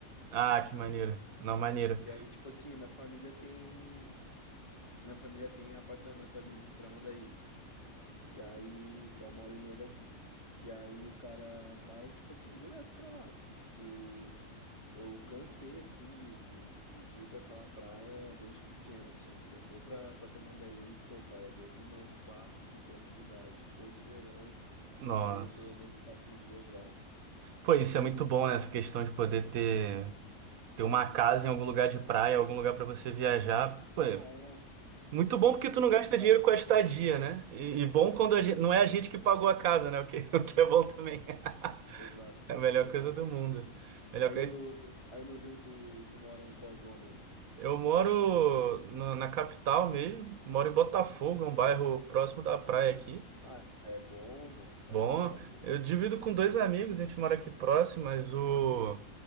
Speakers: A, on the right (about 80°); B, on the left (about 20°).
A: Ah, que maneiro. Não, maneiro.
B: E aí, tipo assim, minha família tem. Minha família tem apartamento ali em Tramandaí. E aí, que é uma hora e meia daqui. E aí o cara vai, tipo assim, direto pra lá. Tipo, eu cansei, assim, de, de, de ir pra aquela praia desde pequeno, assim. Eu vou pra, pra Tramandaí, pô, cara, desde os meus 4 5 anos de idade. Todo verão
A: Nossa.
B: eu, pelo menos, passo uns dias lá.
A: Pô, isso é muito bom, né? Essa questão de poder ter, ter uma casa em algum lugar de praia, algum lugar pra você viajar. Pô,
B: Nossa,
A: é muito bom porque tu
B: é
A: não gasta
B: bizarro.
A: dinheiro com a estadia, né? E, e bom quando a gente, não é a gente que pagou a casa, né? O que, <laughs> o que é bom também. <laughs>
B: Exato,
A: É a melhor
B: exato.
A: coisa do mundo. Melhor
B: Aí
A: coisa.
B: no, no- aí no Rio tu, tu mora em qual zona aí?
A: Eu moro no- na capital mesmo, moro em Botafogo, é um bairro próximo da praia aqui.
B: Ah, é bom, mo,
A: Bom,
B: é bom, é bom.
A: eu divido com dois amigos, a gente mora aqui próximo, mas o.